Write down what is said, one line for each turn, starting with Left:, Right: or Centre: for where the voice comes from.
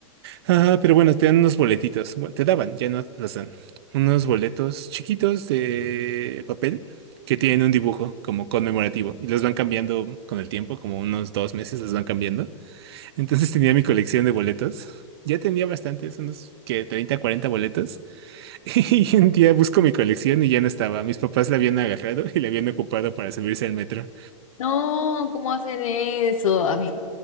Right: ah, pero bueno, te dan unos boletitos, bueno, te daban, ya no los dan, unos boletos chiquitos de papel que tienen un dibujo como conmemorativo y los van cambiando con el tiempo, como unos dos meses los van cambiando. Entonces tenía mi colección de boletos, ya tenía bastantes, unos que 30 40 boletos. <laughs> Y un día busco mi colección y ya no estaba. Mis papás la habían agarrado y la habían ocupado para subirse al metro.
Left: No, ¿cómo hacen eso? A mí,